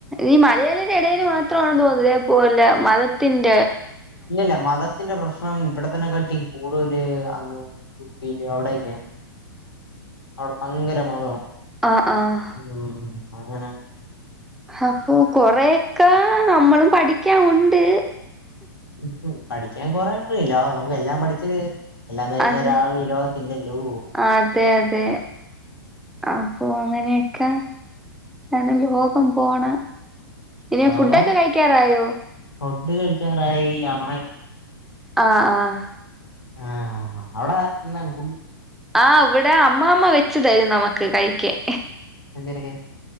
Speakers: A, in the centre; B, on the left.
A: ഈ മലയാളീടെ എടേല് മാത്രാണ് തോന്ന് ഇതേ പോല മതത്തിന്റ
B: ഇല്ലല്ല മതത്തിന്റെ പ്രശ്നം ഇവ്ടത്തനെ കാട്ടി കൂടുതല് അങ്ങ് യു പ്പിയില് അവിടെക്കെയാണ്. അവട പയ്ങ്കര മത
A: ആഹ് ആഹ്
B: ഉം അങ്ങനെ
A: അപ്പോ കൊറേയെക്ക നമ്മളും പഠിക്കാം ഉണ്ട്
B: ഉം ഹു പഠിക്കാം കൊറേണ്ട് എല്ലാവും നമുക്ക് എല്ലാം പഠിച്ചൊര് എല്ലാം തെകഞ്ഞ്
A: അതെ
B: ഒരാള് ഈ ലോകത്തില്ലല്ലോ
A: അതെ അതെ അപ്പൊ അങ്ങനെ ക്കെ ഇതാണ് ലോകം പോണ ഇനി
B: ലോകം
A: ഫുഡൊക്ക കഴിക്കാറായോ
B: ഫുഡ് കഴിക്കാറായ് ആവണെ
A: ആഹ് ആഹ്
B: ആഹ് അവ്ടെ ഇന്ന് ഫുഡ്
A: ആഹ് ഇവ്ടെ അമ്മാമ വെച്ച്തെരും നമക്ക് കയ്ക്കാൻ
B: എന്തരെക്കെ